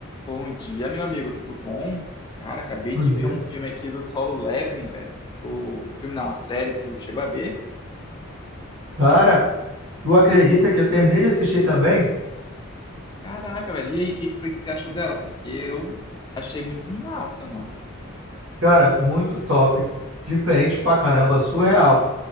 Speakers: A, on the left; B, on the right.
A: Bom dia, meu amigo, tudo bom? Cara, acabei
B: Maneiro.
A: de ver um filme aqui do Solo Leveling, velho. O um filme não, uma série, tu chegou a ver?
B: Cara, tu acredita que eu terminei de assistir também?
A: Caraca, velho, e aí, o que que foi que você achou dela? Porque eu achei muito massa, mano.
B: Cara, muito top. Diferente pra caramba, surreal.